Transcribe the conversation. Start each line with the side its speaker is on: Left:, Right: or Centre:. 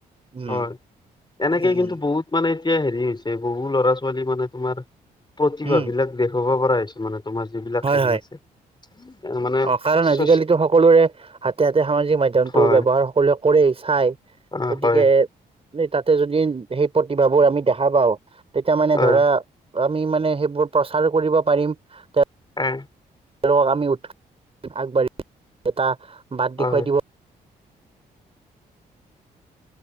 Right: উম,
Left: হয় এনেকে
Right: উম
Left: কিন্তু
Right: উ
Left: বহুত মানে এতিয়া হেৰি হৈছে বহু ল'ৰা ছোৱালী মানে তোমাৰ প্ৰতিভা
Right: উম
Left: বিলাক দেখাব পৰা হৈছে মানে। তোমাৰ যিবিলাক
Right: হয়
Left: খেলি
Right: হয়।
Left: আছে মানে
Right: অ', কাৰণ আজিকালিতো
Left: চচ
Right: সকলোৰে হাতে, হাতে সামাজিক মাধ্যমতটো
Left: হয়
Right: ব্যৱহাৰ <unintelligible> কৰে চাই
Left: অ'
Right: গতিকে
Left: হয়
Right: এনে তাতে যদি সেই প্ৰতিভাবোৰ আমি দেখা পাওঁ তেতিয়া মানে
Left: হয়
Right: ধৰা আমি মানে সেইবোৰ প্ৰচাৰ কৰিব পাৰিম তে
Left: এ,
Right: তেওঁলোকক আমি উৎ আগবাঢ়ি এটা বাট
Left: হয়
Right: দেখুৱাই দিব-